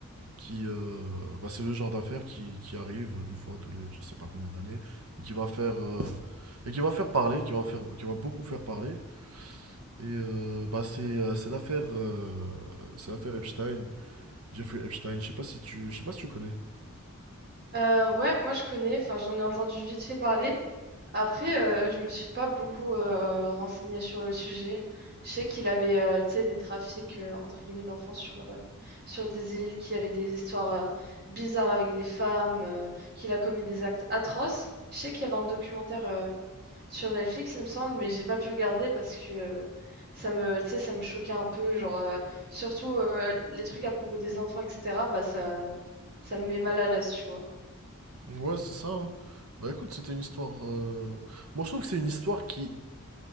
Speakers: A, on the right; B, on the right.
A: qui, euh, bah, c'est le genre d'affaire qui, qui arrive une fois tous les je sais pas combien d'années et qui va faire, euh, et qui va faire parler, qui va faire, qui va beaucoup faire parler. Et euh, bah, c'est euh, c'est l'affaire euh, c'est l'affaire Epstein, Jeffrey Epstein, je sais pas si tu, je sais pas si tu connais.
B: Euh, ouais, moi je connais, enfin j'en ai entendu vite fait parler. Après, euh, je me suis pas beaucoup euh, renseignée sur le sujet. Je sais qu'il avait euh, tu sais, des trafics euh, entre guillemets d'enfants sur, euh, sur des îles, qu'il y avait des histoires euh, bizarres avec des femmes, euh, qu'il a commis des actes atroces. Je sais qu'il y avait un documentaire euh, sur Netflix, il me semble, mais j'ai pas pu regarder parce que euh, ça me, tu sais, ça me choquait un peu, genre euh, surtout euh, les trucs à propos des enfants, etc. Bah ça, ça me met mal à l'aise, tu vois.
A: Ouais, c'est ça. hein. Bah écoute, c'était une histoire. euh, Moi, je trouve que c'est une histoire qui.